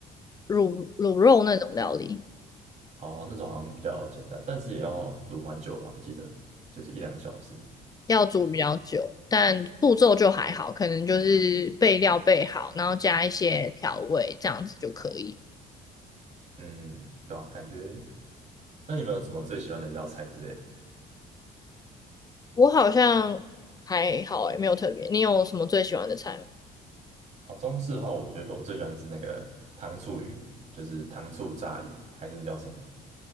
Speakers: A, on the left; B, on the right.
A: 卤卤肉那种料理，
B: 哦，那种好像比较简单，但是也要卤蛮久的，我记得就是一两个小时。
A: 要煮比较久，但步骤就还好，可能就是备料备好，然后加一些调味，这样子就可以。
B: 嗯，对啊，感觉。那你们有什么最喜欢的一道菜之类的？
A: 我好像还好诶，没有特别。你有什么最喜欢的菜吗？
B: 哦，中式的话，我觉得我最喜欢的是那个糖醋鱼，就是糖醋炸鱼，还是那叫什么？